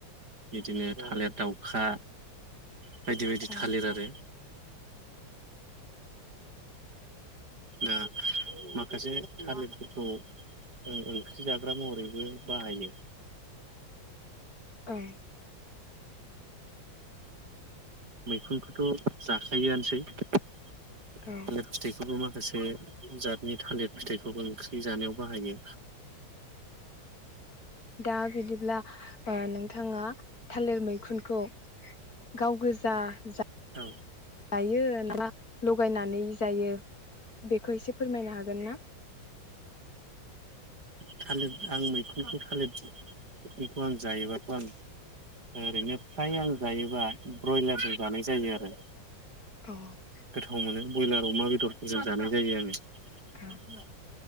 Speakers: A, on the right (about 50°); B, on the left (about 45°).
A: इदिनो थालिर दाउखा बायदि बायदि
B: औ
A: थालिर आरो दा माखासे थालिरफोरखौ ओ ओंख्रि जाग्रा महरैबो बाहायो
B: ओं
A: मैखुनखौथ जाखायोआनोसै थालिर
B: औ
A: फिथाइखौबो माखासे जातनि थालिर फिथाइखौबो ओंख्रि जानायाव बाहायो
B: दा बिदिब्ला ओ नोंथाङा थालिर मैखुनखौ गाव गोजा जा
A: औ
B: जायो ना लगायनानै जायो बेखौ एसे फोरमायनो हा गोनना?
A: थालिर आं मैखुनखौ थालिर मैखुनखौ आं जायोबाथ आं ओरैनो फ्राय आं जायोबा ब्रयलारजों जानाय जायो आरो
B: अ
A: गोथाव मोनो बयलार अमा बेदरफोरजों जानाय जायो आङो
B: औ
A: <unintelligible>